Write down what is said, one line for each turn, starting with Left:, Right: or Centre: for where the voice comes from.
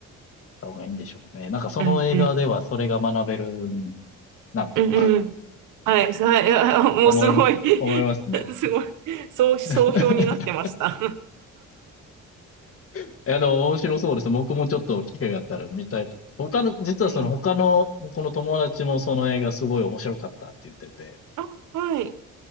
Left: した方がいいんでしょうね。なんかその映画ではそれが学べる
Right: うん、
Left: なと
Right: うん、うん。はい、はい、あもうすごい
Left: 思いま、思いますね。
Right: <laughs> すごい、そう、総評になってました。
Left: <laughs> いや、でも面白そうです。僕もちょっと機会があったら見たいと。他の、実はその他の、
Right: <laughs> ぜひ。
Left: この友達もその映画すごい面白かったって言ってて。
Right: あ、はい。